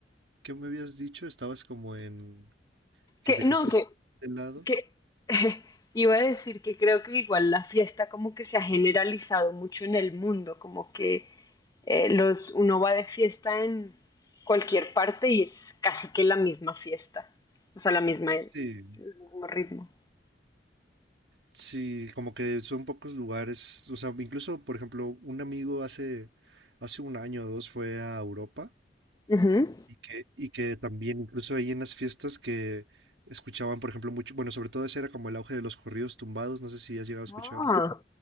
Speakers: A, on the right (about 80°); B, on the left (about 20°).
A: ¿qué me habías dicho? Estabas como en, que
B: que
A: dejaste
B: no, que,
A: el hip hop de lado.
B: que <laughs> iba a decir que creo que igual la fiesta como que se ha generalizado mucho en el mundo, como que eh, los, uno va de fiesta en cualquier parte y es casi que la misma fiesta, o sea, la misma, el
A: Sí.
B: mismo ritmo.
A: Sí, como que son pocos lugares, o sea, incluso, por ejemplo, un amigo hace, hace un año o dos fue a Europa
B: Ujú.
A: y que, y que también incluso ahí en las fiestas que escuchaban, por ejemplo, mucho, bueno, sobre todo ese era como el auge de los corridos tumbados, no sé si has llegado a escuchar,
B: Ah,